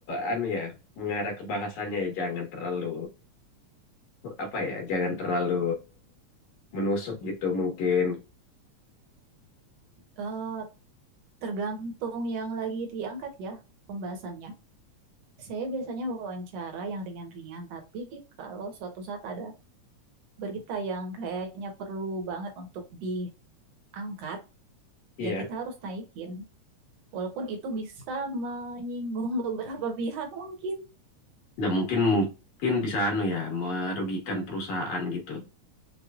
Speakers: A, on the left; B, on the right.
A: anu ya, mengarah ke bahasanya ya jangan terlalu apa ya, jangan terlalu menusuk gitu mungkin.
B: Eh, Tergantung yang lagi diangkat ya pembahasannya. Saya biasanya wawancara yang ringan-ringan, tapi kalau suatu saat ada berita yang kayaknya perlu banget untuk diangkat,
A: Iya.
B: ya kita harus naikin. Walaupun itu bisa menyinggung <laughs> beberapa pihak mungkin.
A: Nah, mungkin mungkin bisa anu ya, merugikan perusahaan gitu.